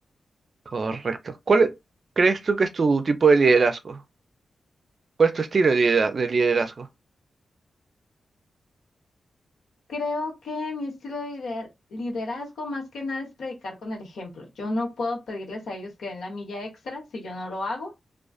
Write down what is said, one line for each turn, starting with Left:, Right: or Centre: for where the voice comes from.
Right: Correcto. ¿Cuál e- crees tú que es tu tipo de liderazgo? ¿Cuál es tu estilo de lidera- de liderazgo?
Left: Creo que mi estilo de lider- liderazgo más que nada es predicar con el ejemplo. Yo no puedo pedirles a ellos que den la milla extra si yo no lo hago.